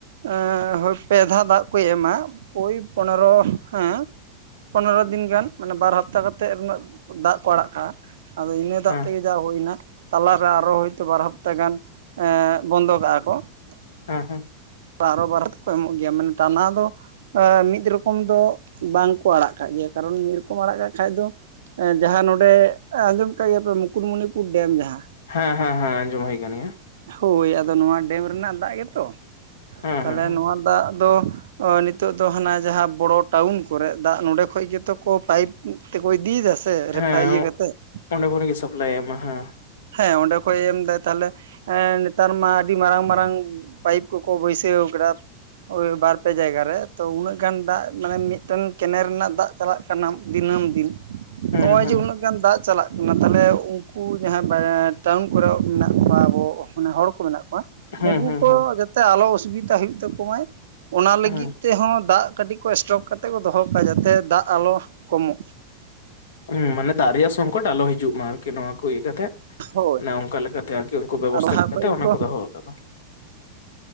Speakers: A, on the right; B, on the left.
A: ᱮᱮᱸ ᱦᱳᱭ ᱯᱮ ᱫᱷᱟᱣ ᱫᱟᱜ ᱠᱚ ᱮᱢᱟ ᱳᱭ ᱯᱚᱱᱮᱨᱚ ᱦᱮᱸ ᱯᱚᱱᱮᱨᱚ ᱫᱤᱱ ᱜᱟᱱ ᱾ ᱢᱟᱱᱮ ᱵᱟᱨ ᱦᱟᱯᱛᱟ ᱠᱟᱛᱮᱫ ᱨᱮᱱᱟᱜ ᱫᱟᱜ ᱠᱚ ᱟᱲᱟᱜ ᱠᱟᱜᱼᱟ ᱟᱫᱚ ᱤᱱᱟᱹ
B: ᱦᱮᱸ
A: ᱫᱟᱜ ᱛᱮᱜᱮ ᱡᱟ ᱦᱩᱭᱱᱟ ᱾ ᱛᱟᱞᱟᱨᱮ ᱟᱨᱚ ᱦᱳᱭᱛᱳ ᱵᱟᱨ ᱦᱟᱯᱛᱟ ᱮᱸ ᱜᱟᱱ ᱵᱚᱱᱫᱚ ᱠᱟᱜᱼᱟ ᱠᱚ ᱾
B: <inaudible>
A: ᱵᱟᱨᱚ ᱵᱟᱨᱚ ᱛᱮᱠᱚ ᱮᱢᱚᱜ ᱜᱮᱭᱟ ᱢᱟᱱᱮ ᱴᱟᱱᱟ ᱫᱚ ᱟ ᱢᱤᱫ ᱨᱚᱠᱚᱢ ᱫᱚ ᱵᱟᱝ ᱠᱚ ᱟᱲᱟᱜ ᱠᱟᱜ ᱜᱮᱭᱟ ᱠᱟᱨᱚᱱ ᱢᱤᱫ ᱨᱚᱠᱚᱢ ᱟᱲᱟᱜ ᱠᱟᱜ ᱠᱷᱟᱡᱽ ᱫᱚ ᱮᱸ ᱡᱟᱦᱟᱸ ᱱᱚᱸᱰᱮ ᱟᱸᱡᱚᱢ ᱠᱟᱜ ᱜᱮᱭᱟᱯᱮ ᱢᱩᱠᱩᱴᱢᱩᱱᱤᱯᱩᱨ ᱰᱮᱢ ᱡᱟᱦᱟᱸ
B: ᱦᱮᱸ ᱦᱮᱸ ᱦᱮᱸ ᱟᱸᱡᱚᱢ ᱦᱩᱭ ᱠᱟᱱ ᱜᱮᱭᱟ ᱾
A: ᱦᱳᱭ ᱟᱫᱚ ᱱᱚᱣᱟ ᱰᱮᱢ ᱨᱮᱱᱟᱜ ᱫᱟᱜ ᱜᱮᱛᱚ
B: ᱦᱮᱸ
A: ᱛᱟᱞᱦᱮ
B: ᱦᱮᱸ ᱦᱮᱸ
A: ᱱᱚᱣᱟ ᱫᱟᱜ ᱫᱚ <inaudible> ᱱᱤᱛᱚᱜ ᱫᱚ ᱦᱟᱱᱟ ᱡᱟᱦᱟᱸ ᱵᱚᱲᱚ ᱴᱟᱣᱩᱱ ᱠᱚᱨᱮ ᱫᱟᱜ ᱱᱚᱸᱰᱮ ᱠᱷᱚᱡᱽ ᱜᱮᱛᱚ ᱠᱚ ᱯᱟᱭᱤᱯ ᱛᱮᱠᱚ ᱤᱫᱤᱭ ᱫᱟᱥᱮ ᱨᱮᱯᱷᱟ
B: ᱦᱮᱸ
A: ᱤᱭᱟᱹ ᱠᱟᱛᱮᱫ ᱾
B: ᱚᱸᱰᱮ ᱠᱷᱚᱱ ᱜᱮ ᱥᱟᱯᱞᱟᱭ ᱮᱢᱟ ᱦᱮᱸ,
A: ᱦᱮᱸ ᱚᱸᱰᱮ ᱠᱷ ᱮᱢᱫᱟ‌ ᱛᱟᱦᱞᱮ ᱮ ᱱᱮᱛᱟᱨ ᱢᱟ ᱟᱹᱰᱤ ᱢᱟᱨᱟᱝ ᱢᱟᱨᱟᱝ ᱯᱟᱭᱤᱯ ᱠᱚᱠᱚ ᱵᱟᱹᱭᱥᱟᱹᱣ ᱟᱠᱟᱫᱟ ᱵᱟᱨ ᱯᱮ ᱡᱟᱭᱜᱟ ᱨᱮ, ᱛᱚ ᱩᱱᱟᱹᱜ ᱜᱟᱱ ᱫᱟᱜ ᱢᱟᱱᱮ ᱢᱤᱫᱴᱮᱱ ᱠᱮᱱᱮᱞ ᱨᱮᱱᱟᱜ ᱫᱟᱜ ᱪᱟᱞᱟᱜ ᱠᱟᱱᱟ ᱫᱤᱱᱟᱹᱢ ᱫᱤᱱ,
B: ᱦᱮᱸ
A: ᱱᱚᱜ ᱚᱭ
B: ᱦᱮᱸ
A: ᱡᱮ ᱩᱱᱟᱹᱜ- ᱜᱟᱱ ᱫᱟᱜ ᱪᱟᱞᱟᱜ ᱠᱟᱱᱟ ᱛᱟᱦᱚᱞᱮ ᱩᱱᱠᱩ ᱡᱟᱦᱟᱸᱭ ᱴᱟᱣᱩᱱ ᱠᱚᱨᱮ ᱢᱮᱱᱟᱜ ᱠᱚᱣᱟ ᱟᱵᱚ ᱢᱟᱱᱮ ᱦᱚᱲ ᱠᱚ ᱢᱮᱱᱟᱜ ᱠᱚᱣᱟ
B: ᱦᱮᱸ
A: ᱩᱱᱠᱩ
B: ᱦᱮᱸ
A: ᱠᱚ
B: ᱦᱮᱸ
A: ᱡᱟ- ᱛᱮ ᱟᱞᱚ ᱚᱥᱩᱵᱤᱫᱟ ᱦᱩᱭᱩᱜ ᱛᱟᱠᱚᱢᱟᱭ ᱚᱱᱟ
B: ᱦᱮᱸ
A: ᱞᱟᱹᱜᱤᱫ ᱛᱮᱦᱚᱸ ᱫᱟᱜ ᱠᱟᱹᱴᱤᱡ ᱠᱚ ᱥᱴᱚᱠ ᱠᱟᱛᱮ ᱠᱚ ᱫᱚᱦᱚ ᱠᱟᱜᱼᱟ ᱡᱟᱛᱮ ᱫᱟᱜ ᱟᱞᱚ ᱠᱚᱢᱚᱜ,
B: ᱦᱩᱸ ᱢᱟᱱᱮ ᱫᱟᱜ ᱨᱮᱭᱟᱜ ᱥᱚᱝᱠᱚᱴ ᱟᱞᱚ ᱦᱤᱡᱩᱜ ᱢᱟ ᱟᱨᱠᱤ ᱱᱚᱣᱟ ᱠᱚ ᱤᱭᱟᱹ ᱠᱟᱛᱮᱜ᱾
A: ᱦᱳᱭ
B: ᱚᱱᱮ ᱚᱱᱠᱟ ᱞᱮᱠᱟᱛᱮ ᱟᱨᱠᱤ ᱩᱱᱠᱩ ᱵᱮᱵᱚᱥᱛᱷᱟ
A: ᱟᱨ ᱞᱟᱦᱟ
B: ᱠᱟᱛᱮ
A: ᱠᱷᱚᱡ ᱜᱮᱠᱚ
B: ᱚᱱᱟ ᱠᱚ ᱫᱚᱦᱚ ᱟᱠᱟᱫᱟ᱾